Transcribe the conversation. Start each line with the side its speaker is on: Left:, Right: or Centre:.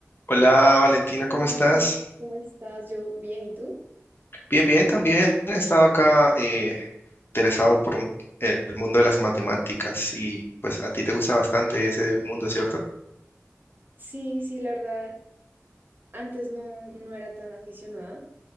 Left: Hola Valentina, ¿cómo
Right: Hola,
Left: estás?
Right: Ma- ¿Cómo estás? Yo bien, ¿y tú?
Left: Bien, bien, también he estado acá eh, interesado por un- el mundo de las matemáticas y pues a ti te gusta bastante ese mundo, ¿cierto?
Right: Sí, sí, la verdad, antes no, no era tan aficionada.